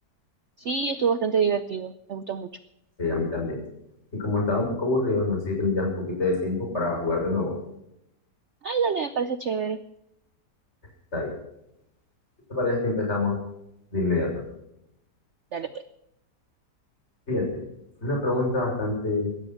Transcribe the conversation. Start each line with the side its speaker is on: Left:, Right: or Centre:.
Right: Sí, estuvo bastante divertido, me gustó mucho.
Left: Sí, a mí también. Y como estaba un poco aburrido, no sé si tendrías un poquito de tiempo para jugar de nuevo.
Right: Ay, dale, me parece chévere.
Left: Está bien. ¿Qué ¿Te parece si empezamos de inmediato?
Right: Dale, pues.
Left: Fíjate, una pregunta bastante